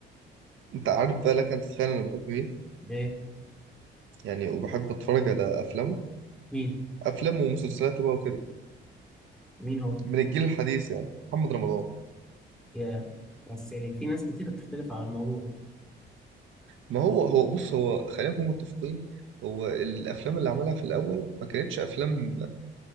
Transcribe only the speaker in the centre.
ايه
مين
مين هو
يا بس يعني في ناس كتير بتختلف على الموضوع